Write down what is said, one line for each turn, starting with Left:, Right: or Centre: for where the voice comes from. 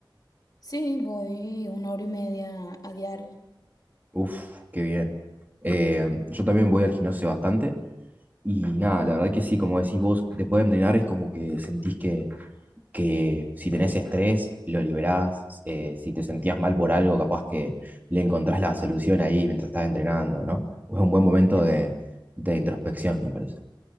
Left: Sí, voy una hora y media a diario.
Right: Uf, qué bien. Eh, yo también voy al gimnasio bastante y nada, la verdad que sí, como decís vos, después de entrenar es como que sentís que, que si tenés estrés, lo liberás. eh, si te sentías mal por algo, capaz que le encontrás la solución ahí mientras estás entrenando, ¿no? Es un buen momento
Left: Bueno,
Right: de, de introspección, me parece.